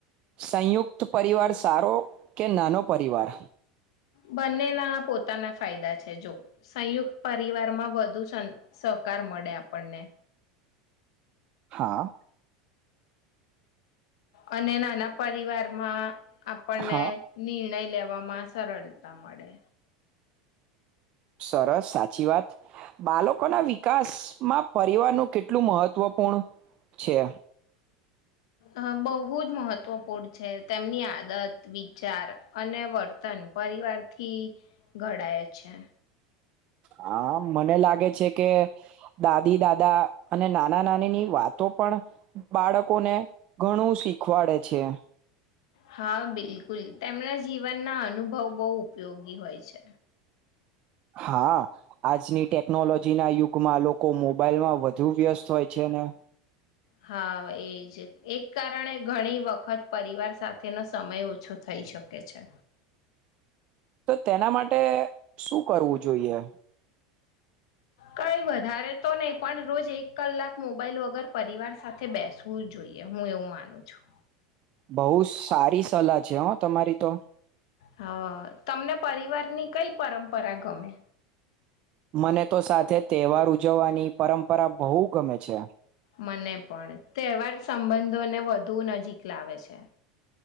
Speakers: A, on the right; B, on the left.
A: સંયુક્ત પરિવાર સારો કે નાનો પરિવાર.
B: બંનેના આ પોતાના ફાયદા છે જો સંયુક્ત પરિવારમાં વધુ સહકાર મળે આપણને.
A: હા.
B: અને નાના પરિવાર માં આપણને
A: હા
B: નિર્ણય લેવા વા માં સરળતા મળે.
A: સરસ સાચી વાત બાળકોના વિકાસમાં પરિવારનું કેટલું મહત્વપૂર્ણ છે.
B: આ બહુજ મહત્વપૂર્ણ છે તેમની આદત વિચાર અને વર્તન પરિવારથી ઘડાય છે.
A: હા મને લાગે છે કે દાદી દાદા અને નાના નાની ની વાતો પણ બાળકોને ઘણું શીખવાડે છે.
B: હા બિલકુલ તેમના જીવનના અનુભવ બહુ ઉપયોગી હોય છે.
A: હા આજની ટેકનોલોજીના યુગમાં લોકો મોબાઈલમાં વધુ વ્યસ્ત હોય છે ને
B: હા એજ એક કારણે ઘણી વખત પરિવાર સાથેનો સમય ઓછો થઈ શકે છે.
A: તો તેના માટે શું કરવું જોઈએ.
B: કઈ વધારે તો નહી પણ રોજ એક કલાક મોબાઈલ વગર પરિવાર સાથે બેસવું જ જોઈએ હું એવું માનું છું
A: બહ સારી સલાહ છે હો તમારી તો
B: હા તમને પરિવાર ની કઈ પરંપરા ગમે
A: મને તો સાથે તહેવાર ઉજવવાની પરંપરા બહુ ગમે છે
B: મને પણ તહેવાર સંબંધોને વધુ નજીક લાવે છે